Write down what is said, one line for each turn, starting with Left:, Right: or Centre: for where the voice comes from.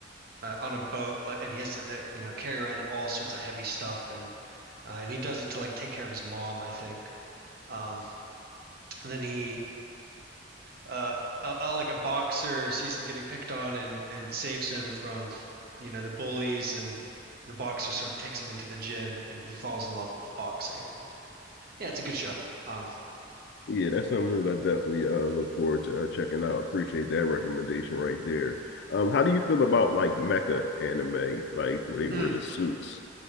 Right: uh on a boat, like, and he has to uh, you know carry around all sorts of heavy stuff, and uh, and he does it to like take care of his mom, I think. Um, and then he uh, uh, uh, like a boxer sees him getting picked on and and saves him from, you know, the bullies and the boxer sort of takes him into the gym and he falls in love with boxing and yeah, it's a good show. Um,
Left: Yeah, that's something that I definitely uh look forward to uh, checking out. Appreciate that recommendation right there. Um, how do you feel about like mecha anime, like where they
Right: mm.
Left: wear the suits?